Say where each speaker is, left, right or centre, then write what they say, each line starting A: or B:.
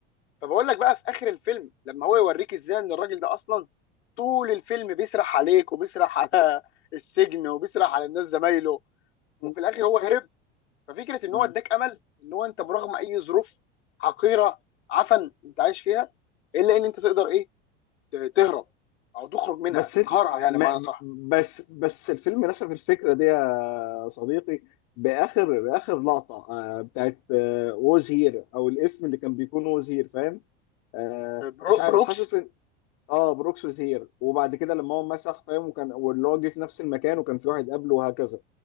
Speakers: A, on the left; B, on the left.
A: فبقول لك بقى في اخر الفيلم لما هو يوريك ازاي ان الراجل ده اصلا طول الفيلم بيسرح عليك وبيسرح على <laughs> السجن وبيسرح على الناس زمايله
B: مم.
A: وفي الاخر هو هرب ففكره ان
B: مم.
A: هو اداك امل ان هو انت برغم اي ظروف حقيره عفن انت عايش فيها الا ان انت تقدر ايه ت- تهرب او تخرج منها
B: بس
A: تقهرها
B: إنت-
A: يعني
B: ما
A: معنى صح
B: بس بس الفيلم نسف الفكره دي يا صديقي باخر باخر لقطه آه، بتاعت ووز هير او الاسم اللي كان بيكون ووز هير فاهم آه،
A: برو-
B: مش عارف
A: بروكس
B: حاسس ان اه بروكس ووز هير وبعد كده لما هو مسح فاهم وكان واللي هو جه في نفس المكان وكان في واحد قبله وهكذا